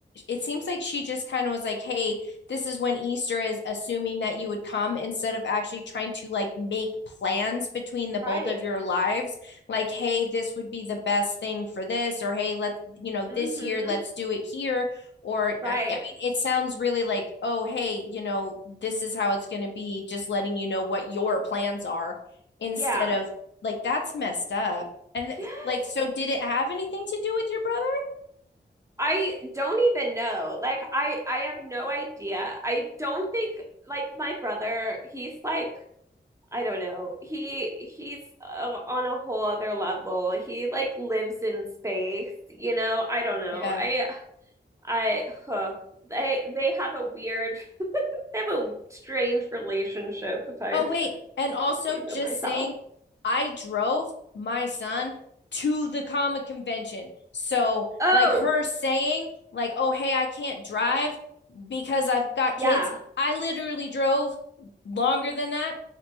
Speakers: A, on the left (about 70°); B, on the right (about 15°).
A: it seems like she just kind of was like, "Hey, this is when Easter is," assuming that you would come instead of actually trying to like make plans between the both
B: Right.
A: of your lives. Like, "Hey, this would be the best thing for this," or "Hey, let's, you know, this
B: Mm-hmm.
A: year let's do it here." Or
B: Right.
A: I mean, it sounds really like, "Oh, hey, you know, this is how it's going to be," just letting you know what your plans are instead
B: Yeah.
A: of like that's messed up. And
B: Yes.
A: like, so did it have anything to do with your brother?
B: I don't even know. Like I I have no idea. I don't think like my brother, he's like I don't know. He he's uh, on a whole other level. He like lives in space, you know? I don't know.
A: Yeah.
B: I I huh. They they have a weird <laughs> they have a strange relationship if I
A: Oh, wait. And also
B: say
A: just
B: so myself.
A: saying, I drove my son to the comic convention. So,
B: Oh,
A: like, her saying, like, oh, hey, I can't drive because I've got
B: yeah.
A: kids. I literally drove longer than that